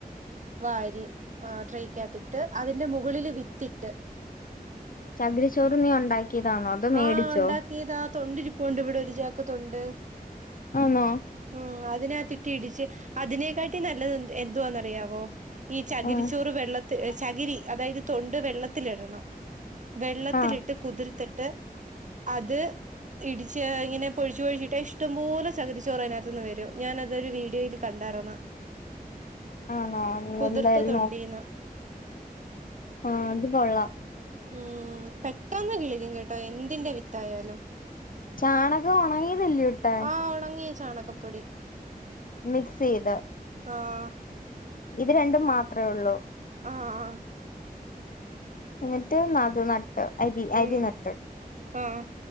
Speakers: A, on the right; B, on the left.
A: വാരി ആഹ് ട്രൈക്കകത്തിട്ട് അതിന്റെ മുകളിൽ വിത്തിട്ട്
B: ചകിരി ചോറ് നീ ഉണ്ടാക്കിയതാണോ? അതോ മേടിച്ചോ
A: ആഹ് ഉണ്ടാക്കിയത തൊണ്ടിരിപ്പുണ്ട് ഇവിടെ ഒരു ചാക്ക് തൊണ്ട്.
B: ആന്നോ
A: ഉം അതിനകത്തിട്ട് ഇടിച്ച് അതിനെക്കാട്ടി നല്ലത് എന്ത് എന്തോന്നറിയാവോ? ഈ ചകിരിച്ചോറ്
B: ആഹ്
A: വെള്ളത്തിൽ ചകിരി അതായത് തൊണ്ട് വെള്ളത്തിലിടണം. വെള്ളത്തിലിട്ട്
B: ആഹ്
A: കുതിർത്തിട്ട് അത് ഇടിച്ച് ഇങ്ങനെ പൊഴിച്ച് പൊഴിച്ചിട്ട് ഇഷ്ടം പോലെ ചകരിച്ചോറ് അതിനകത്ത്ന്ന് വരും ഞാനതൊരു വീഡിയോയിൽ കണ്ടായിരുന്ന്
B: ആണോ
A: കുതിർത്ത
B: എന്തായാലും
A: തൊണ്ടീന്ന്
B: ആഹ് അത് കൊള്ളാം
A: ഉം പെട്ടന്ന് കിളിക്കും കേട്ടോ എന്തിന്റെ വിത്തായാലും
B: ചാണകം ഉണങ്ങിയതല്ലയോട്ടെ
A: ആഹ് ഒണങ്ങിയ ചാണകപ്പൊടി
B: മിക്സ് ചെയ്ത്
A: ആഹ്
B: ഇത് രണ്ടും മാത്രേ ഉള്ളു?
A: ആഹ് ആഹ്
B: എന്നിട്ട് നത് നട്ട് അരി അരി
A: ഉം
B: നട്ട്
A: ആഹ്